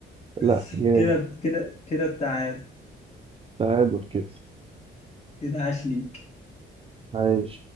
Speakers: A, on the left; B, on the right.
A: <laughs>
B: لا جامد
A: كده كده كده التعادل
B: تعادل كده
A: كده عاش ليك
B: عايش